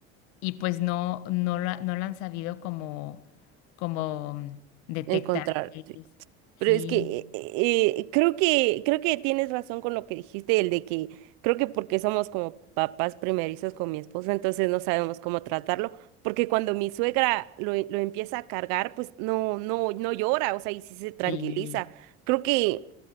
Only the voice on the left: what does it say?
y pues no, no la, no la han sabido como, como detectar.
que
es. Sí,
sí.